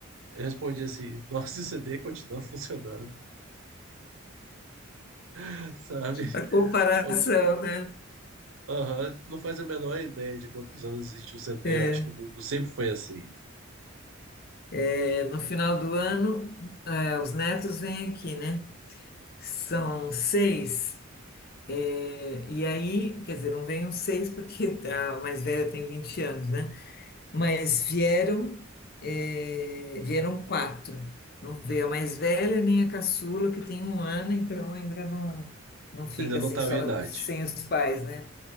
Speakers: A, on the right; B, on the left.
A: eu respondi assim: nossa, <laughs> esse CD continua funcionando, <laughs> sabe?
B: A comparação,
A: Eu,
B: né?
A: Aham, tipo, não faz a menor ideia de quantos anos existe um CD.
B: É,
A: Eu acho que o mundo sempre foi assim.
B: é, no final do ano, é, os netos vêm aqui, né? São seis. é, e aí, quer dizer, não vêm os seis porque a mais velha tem 20 anos, né? Mas vieram, é, vieram quatro. Não veio a mais velha nem a caçula, que tem um ano, então ainda não, não fica
A: Ainda não
B: assim
A: tava
B: só
A: em idade.
B: sem os pais, né?